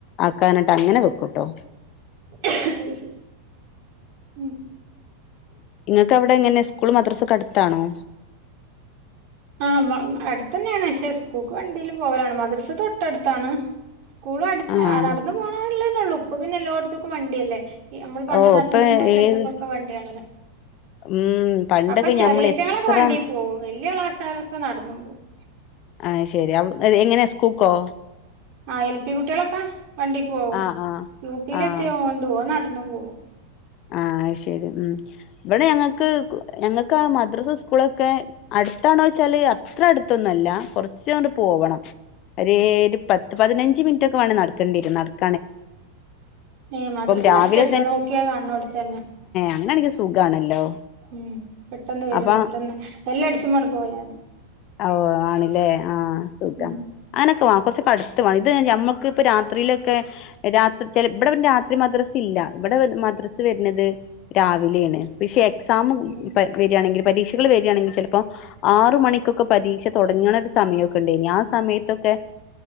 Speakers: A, on the left; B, on the right.
A: ആക്കാന് അങ്ങനെ വെക്കുംട്ടോ
B: അത് ശരി ഉം
A: ഇങ്ങക്ക് അവിടെ എങ്ങനെ സ്കൂൾ മദ്രസ ഒക്കെ അടുത്താണോ
B: ആഹ് അടുത്തന്നെയാണ് പക്ഷെ സ്കൂൾക്ക് വണ്ടീല് പോവലാണ് മദ്രസ് തൊട്ട് തൊട്ടടുത്താണ്. സ്കൂളും അടുത്ത്
A: ആഹ്
B: നടന്ന് പോണോനുള്ളതന്നെയുള്ളൂ ഇപ്പ പിന്നെ എല്ലോടത്തക്കും വണ്ടി അല്ലേ ഈ നമ്മള് പണ്ട്
A: ഓ
B: നടന്നെനു
A: ഇപ്പൊ
B: പോയ സ്ഥലത്ത്ക്കൊക്കെ
A: ഏത്
B: വണ്ടിയാണല്ലോ
A: ഉം പണ്ടൊക്കെ
B: അപ്പം
A: ഞമ്മൾ
B: ചെറിയേറ്റങ്ങളൊക്കെ
A: എത്ര
B: വണ്ടി പോവും വല്യ ക്ലാസരൊക്കെ നടന്നും പോവും
A: അത് ശരി എങ്ങനെയാ സ്കൂൾക്കോ
B: ആഹ് എൽ പി കുട്ടികളൊക്കെ വണ്ടീ പോവും
A: ആഹ് ആഹ്
B: യു പിൽ
A: ആഹ്
B: എത്തിയ ഓണ്ട്. ഓന് നടന്ന് പോകും നടന്നും പോകും
A: ആഹ് അയ്ശരി ഉം ഇവിടെ ഞങ്ങൾക്ക് ഞങ്ങൾക്ക് മദ്രസ് സ്കൂളൊക്കെ അടുത്താണോ ചോയ്ച്ചാല് അത്ര അടുത്തൊന്നും അല്ല കുറച്ച് കുറച്ചങ്ങട്ട് പോകണം. ഒരു ഒരു പത്ത് പതിനഞ്ച് മിനിറ്റ് ഒക്കെ വേണം നടക്കേണ്ടിവരും നടക്ക
B: ഏഹ് മദർസ
A: രാവിലെ
B: തൊട്ട് അടുത്താ നോക്കിയാ കാണണോട്ത്തന്നെ
A: അങ്ങനെയാണെങ്കി സുഖാണല്ലോ
B: ഉം പെട്ടെന്ന് വരും
A: അപ്പൊ
B: പെട്ടെന്ന് ബെല്ലടിച്ചുമ്പൺ പോയ മതി
A: ഓ ആണല്ലേ ആഹ് സുഖം
B: ഉം
A: അങ്ങനൊക്കെ വേണം കുറച്ചൊക്കെ അടുത്ത് വേണം. ഇത് ഞമ്മക്ക് ഇപ്പൊ രാത്രിയിലൊക്കെ രാത്രി ചെലപ്പോ ഇവിടെ രാത്രി മദ്രസ് ഇല്ല ഇവിടെ മദ്രസ് വരുന്നത് രാവിലെയാണ് പക്ഷെ എക്സാം
B: ഉം
A: വരികയാണെങ്കിൽ പരീക്ഷകൾ വരികയാണെങ്കിൽ ചിലപ്പോആറു മണിക്ക് ക്കൊക്കെ പരീക്ഷ തുടങ്ങാന് ഒരു സമയൊക്കെണ്ടെയ്നു ആ സമയത്തൊക്കെ